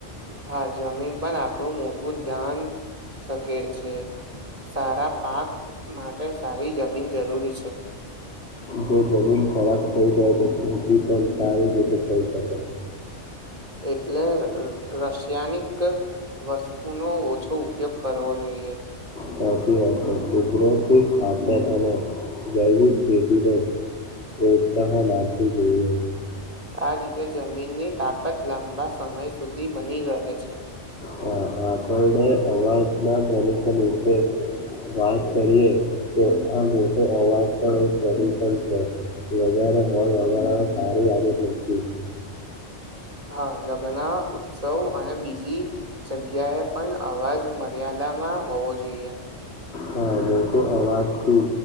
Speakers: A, on the right (about 30°); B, on the left (about 65°).
A: હા જમીન પણ આપણું મોટું ધ્યાન શકે છે. સારા પાક માટે સારી જમીન જરૂરી છે.
B: જો જમીન ખરાબ થઈ જાય તો ખેતી પણ સારી રીતે થઈ શકે.
A: એટલે અ રશિયાનિક વસ્તુનો ઓછો ઉપયોગ કરવો જોઈએ.
B: સાચી વાતે કુદરતી ખાતર અને જૈવિક ખેતીને પ્રોત્સાહન આપવું જોઈએ.
A: આ રીતે જમીનની તાકત લાંબા સમય સુધી બની રહે છે.
B: હા આપણને અવાજના પ્રદૂશન વિશે વાત કરીએ તો આ મોટો અવાજ પણ એક પ્રદુષન છે. વધારે હોર્ન વગાડવા સારી આદત નથી.
A: હા લગ્ન ઉત્સવ અને બીજી જગ્યાએ પન અવાજ મર્યાદામાં હોવો જોઈએ.
B: હહ મોટો અવાજથી